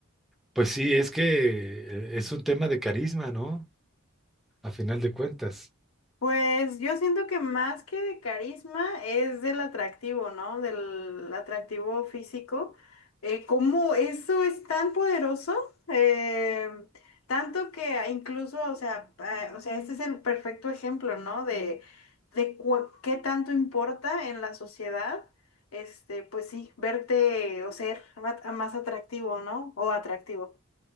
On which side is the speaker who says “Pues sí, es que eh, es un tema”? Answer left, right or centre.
Centre